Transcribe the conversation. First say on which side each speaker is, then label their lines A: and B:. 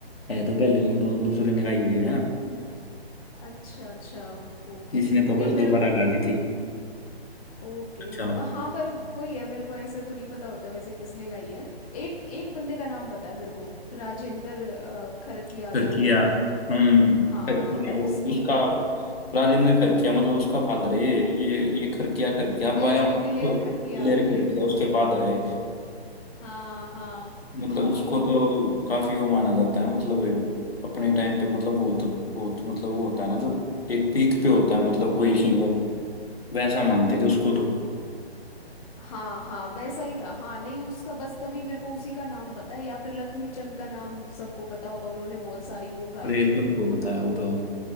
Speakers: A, on the left; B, on the left.
A: है तो पहले उन दो दूसरे ने गाई हुई है ना
B: अच्छा अच्छा ओके
A: इसने तो
B: नहीं
A: बस
B: मेरे
A: दोबारा गा दी थी
B: ओके
A: अच्छा
B: ब- हाँ पर वही है मेरे को ऐसे तो नहीं पता होता वैसे किसने गाई है एक एक बंदे का नाम पता है मेरे को राजेंद्र अ, खरकिया
A: फिरकिया
B: जो है ना
A: हम्म
B: हाँ
A: खरकिया वो
B: उसकी
A: उसका राजेंद्र खरकिया मतलब उसका फादर है ये ये ये खरकिया खरकिया अब
B: दिलेर
A: आया हूँ
B: दिलेर
A: तो प्लेयर
B: खरकिया दिलेर
A: खरकिया उसके फादर है
B: हाँ हाँ
A: मतलब उसको
B: तो
A: तो काफी वो माना जाता है मतलब अपने टाइम पे मतलब बहुत बहुत मतलब वो होता है ना जो एक पीक पे होता है मतलब कोई सिंगर वैसा मानते थे उसको तो
B: हाँ हाँ वैसा ही था हाँ नहीं उसका बस तभी मेरे को उसी का नाम पता है या फिर लक्ष्मी चंद का नाम सबको पता होगा उन्होंने बहुत सारी वो गाई
A: और ये
B: हैं
A: सबको बताया वो तो